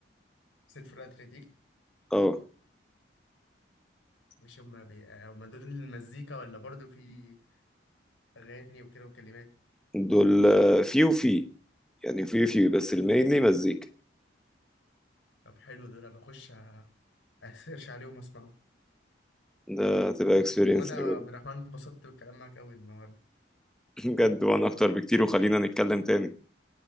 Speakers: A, on the left; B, in the centre.
A: سيد فرقة اتلتيك
B: اه
A: مش هما بي... آه، هما دول المزيكا ولا برضو في اغاني وكده وكلمات
B: دول آه، في وفي يعني في في بس المينلي مزيكا
A: طب حلو دول بخش أ- اسيرش عليهم واسمعهم
B: ده هتبقى اكسبيرينس
A: احمد عبد
B: <laughs>
A: الرحمن اتبسطت بالكلام معاك قوي النهارده.
B: بجد وانا اكتر بكتير وخلينا نتكلم تاني